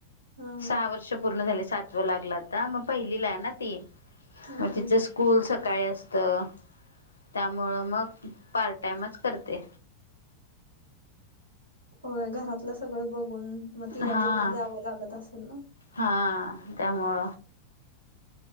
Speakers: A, on the right; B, on the left.
A: हा हा
B: सहा वर्ष पूर्ण झाले सात लागल आता म पहिलीला हाय ना ती
A: हा
B: म
A: हा
B: तिच स्कूल सकाळी असतं त्यामुळं मग पार्ट टाइमच करते
A: होय घरातलं सगळं बघून म तिला
B: हा
A: बघून जावं लागत असेल ना
B: हा त्यामूळ